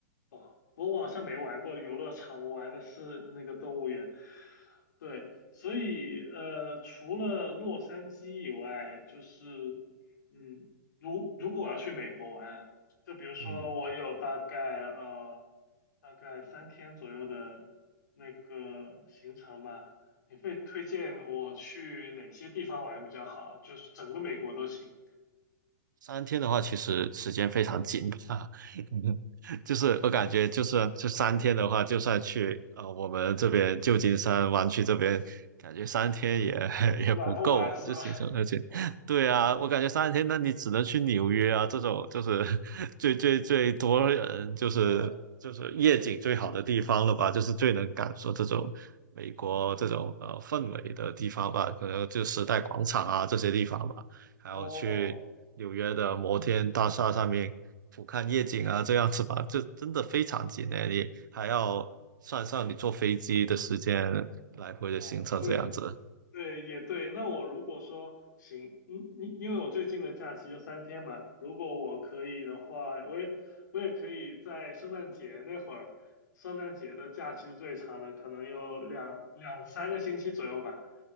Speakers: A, on the left (about 70°); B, on the right (about 75°).
A: 哦，我好像没玩过游乐场，我玩的是那个动物园。对，所以呃，除了洛杉矶以外，就是嗯，如如果我要去美国玩，就比如说我有大概呃
B: 嗯。
A: 大概三天左右的那个行程吧。你会推荐我去哪些地方玩比较好啊？就是整个美国都行，
B: 三天的话，其实时间非常紧啊。<laughs> 就是我感觉，就是这三天的话，就算去呃我们这边旧金山湾区这边，感觉三天也 <laughs> 也不够，
A: 玩不玩是吧？
B: 就行程。而且，对啊，我感觉三天，那你只能去纽约啊，这种就是 <laughs> 最最最多人，就是就是夜景最好的地方了吧，
A: <laughs> 那
B: 就是最能感受这种美国这种呃氛围的地方吧，可能就时代广场啊这些地方吧。还要去纽约的摩天大厦上面俯瞰夜景啊，
A: 哦
B: 这样子吧，这真的非常近诶，你还要算上你坐飞机的时间，
A: 哦
B: 来回的行程这样子，
A: 哦，对对也对。那我如果说行，嗯，因因为我最近的假期就三天嘛，如果我可以的话，我也我也可以在圣诞节那会儿，圣诞节的假期是最长的，可能有两两三个星期左右吧，